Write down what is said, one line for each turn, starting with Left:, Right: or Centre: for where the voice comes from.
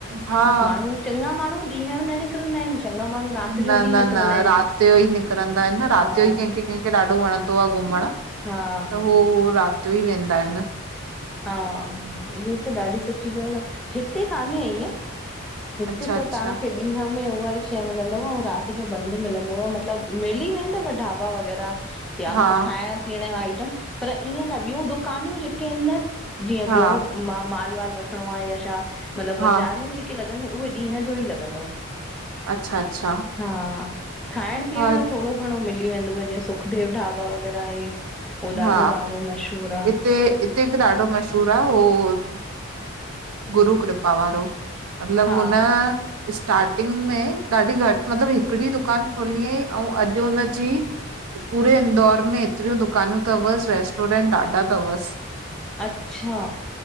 Right: हा
Centre: माण्हू चङा माण्हू ॾींहं जो न निकिरंदा आहिनि चङा माण्हू राति
Right: न,
Centre: जो
Right: न,
Centre: ई निकिरंदा
Right: न
Centre: आहिनि
Right: राति जो ई निकिरंदा आहिनि न राति
Centre: हा
Right: जो ई कंहिंखे कंहिंखे ॾाढो वणंदो आ घुमण। त
Centre: हा
Right: हो राति जो ई वेंदा आहिनि न।
Centre: हा इहो त ॾाढी सुठी ॻाल्हि आ। हिते कान्हे ईअं। हिते
Right: अच्छा
Centre: त
Right: अच्छा
Centre: तव्हांखे ॾींहं में उहा ई शइ मिलंदव ऐं राति जो बंदि मिलंदव मतिलबु, मिली वेंदव ढाबा वग़ैरह या
Right: हा
Centre: मतिलबु खाइण पीअण जो आइटम पर ईअं न ॿियूं दुकानियूं जेके आहिनि न जीअं
Right: हा
Centre: ॿियो मां माल वाल वठिणो आहे या छा मतिलबु
Right: हा
Centre: बाज़ारियूं जेके लॻंदियूं उहे ॾींहं जो ई लॻंदव।
Right: अच्छा, अच्छा।
Centre: हा खाइण पीअण
Right: हा
Centre: जो थोरो घणो मिली वेंदो जीअं सुखदेव ढाबा वग़ैरह आहे उहो
Right: हा
Centre: ॾाढो आहे मशहूर आ।
Right: हिते हिते ॾाढो मशहूर आ उहो गुरू कृपा वारो। मतलब
Centre: हा
Right: हुन स्टार्टिंग में ॾाढी घटि मतलबु हिकिड़ी दुकान खोली हुयईं ऐं अॼु हुनजी पूरे इंदौर में एतिरियूं दुकानियूं तव, रेस्टोरेंट ॾाढा तव बसि।
Centre: अच्छा!